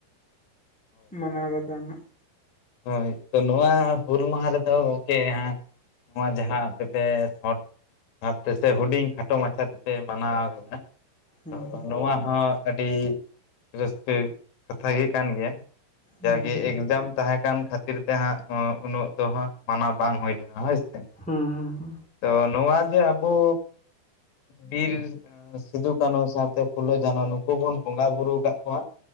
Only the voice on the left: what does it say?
ᱦᱚᱭ ᱛᱚ, ᱱᱚᱣᱟ ᱦᱩᱞ ᱢᱟᱦᱟ ᱨᱮᱫᱚ ᱜᱚᱝᱠᱮ ᱦᱟᱸᱜᱼᱼ ᱱᱚᱣᱟ ᱡᱟᱦᱟᱸ ᱟᱯᱮ ᱯᱮ ᱥᱚᱴᱼᱼ ᱵᱷᱟᱵᱽ ᱛᱮᱥᱮ ᱦᱩᱰᱤᱧ ᱠᱷᱟᱴᱚ ᱢᱟᱪᱷᱟ ᱛᱮᱯᱮ ᱢᱟᱱᱟᱣ ᱠᱟᱫᱟ ᱾
ᱱᱚᱣᱟ ᱦᱚᱸ ᱟᱹᱰᱤ ᱨᱟᱹᱥᱠᱟᱹ ᱠᱟᱛᱷᱟ ᱜᱮ ᱠᱟᱱ ᱜᱮᱭᱟ,
ᱡᱟᱜᱮ
ᱮᱠᱡᱟᱢ ᱛᱟᱦᱮᱸ ᱠᱟᱱ ᱠᱷᱟᱹᱛᱤᱨ ᱛᱮ ᱦᱟᱸᱜ ᱩᱱᱟᱹᱜ ᱫᱚ ᱦᱟᱸᱜ ᱢᱟᱱᱟᱣ ᱵᱟᱝ ᱦᱩᱭ ᱞᱮᱱᱟ ᱦᱳᱭ ᱥᱮ᱾
ᱛᱚ ᱱᱚᱣᱟ ᱡᱮ ᱟᱵᱩ ᱵᱤᱨ ᱥᱤᱫᱩ ᱠᱟᱹᱱᱩ ᱥᱟᱶᱛᱮ ᱯᱷᱩᱞᱳ ᱡᱷᱟᱱᱚ ᱱᱩᱠᱩ ᱵᱚᱱ ᱵᱚᱸᱜᱟ ᱵᱩᱨᱩ ᱠᱟᱜ ᱠᱚᱣᱟ,